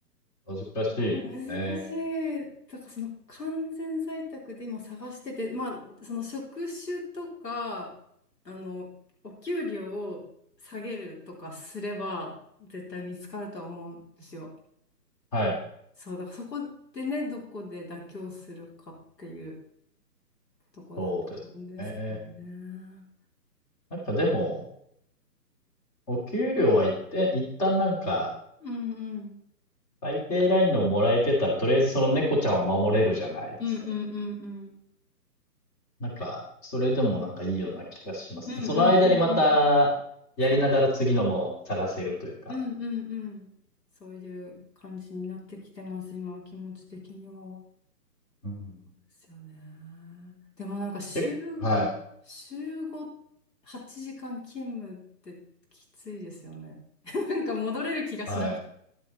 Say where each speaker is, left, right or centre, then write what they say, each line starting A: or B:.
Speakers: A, on the left (about 25°); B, on the left (about 75°).
A: うん。難しいですね。
B: 難しい。だからその完全在宅で今探してて、まあその職種とか、あの、お給料を下げるとかすれば絶対見つかるとは思うんですよ。
A: はい。
B: そう、だからそこでね、どこで妥協するかっていうとこだと思うんですけどね。
A: そうですね。なんかでも、お給料は一定、一旦なんか、
B: うんうん。
A: 最低ラインのもらえてたら、とりあえずその猫ちゃんを守れるじゃないですか
B: うんうんうんうん。
A: なんか、それでもなんかいいような気がします。
B: うんうんうんうんうん。
A: その間にまた、やりながら次のも探せるというか。
B: さ、うんうんうん。そういう感じになってきてます、今、気持ち的には。
A: うん。
B: ですよね。でもなんか週5、
A: 結構はい、
B: 週5、8時間勤務ってきついですよね。<laughs> なんか戻れる気がしなくて。
A: はい。